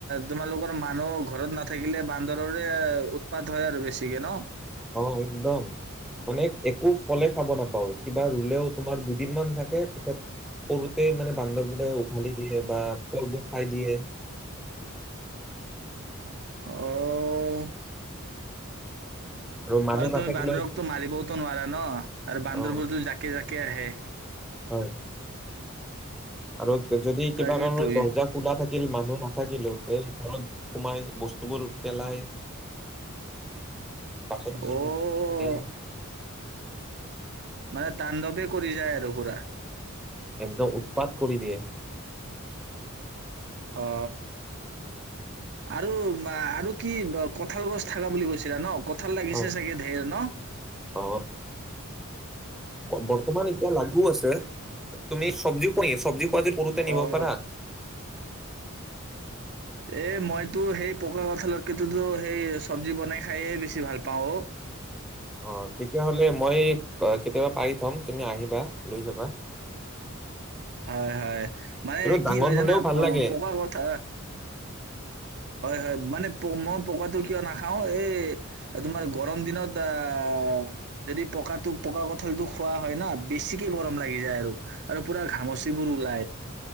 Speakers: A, on the right (about 55°); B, in the centre.
A: তোমালোকৰ মানুহ ঘৰত নাথাকিলে বান্দৰৰে উৎপাত হয় আৰু বেছিকে ন?
B: অ একদম, মানে একো ফলে খাব নাপাও। কিবা ৰুলেও তোমাৰ দুদিন মমান থাকে, পিছত সৰুতে মানে বান্দৰবোৰে ঢালি দিয়ে বা ফলবোৰ খাই দিয়ে
A: অ'
B: মানুহ
A: আৰু
B: নাথাকিলেও
A: তই বান্দৰকতো মাৰিবওতো নোৱাৰা ন! আৰু বান্দৰবোৰতো
B: অ
A: জাকে জাকে আহে
B: হয় আৰু যদি কিবা
A: তাকেতো
B: কাৰণত দৰ্জা খোলা থাকে মানুহ নাথাকিলেও তে ঘৰত সোমাই বস্তুবোৰ পেলাই বাচন চাছন
A: অ',
B: ভাঙে
A: মানে তাণ্ডৱে কৰি যায় আৰু পুৰা
B: একদম উৎপাত কৰি দিয়ে
A: অ, আৰু আৰু কি কঠাঁল গছ থকা বুলি কৈছিলা ন? কঠাঁল লাগিছে
B: হয়
A: চাগে ধেৰ ন?
B: অ বৰ্তমান এতিয়া লাগু আছে। তুমি চব্জি খোৱা নি চব্জি? <unintelligible> পোতে নিব
A: অ',
B: পাৰা
A: এই মইতো সেই পকা কঁঠালতকেইেততো সেই চব্জি বনাই খায়হে বেছি ভাল পাওঁ অ'
B: অ তেতিয়াহ'লে মই কেতিয়াবা পাৰি থম তুমি আহিবা লৈ যাবা
A: হয় হয় মানে
B: কিন্তু
A: কি
B: ডাঙৰ
A: হয় জানা
B: হলেও ভাল লাগে
A: পকা কথা হয় হয় মানে পমা পকাটো কিয় নাখাওঁ এই তোমাৰ গৰম দিনত আঁ যদি পকাটো পকা কঠালটো খোৱা হয় না বেছিকে গৰম লাগি যায় আৰু আৰু পুৰা ঘামচিবোৰ ওলাই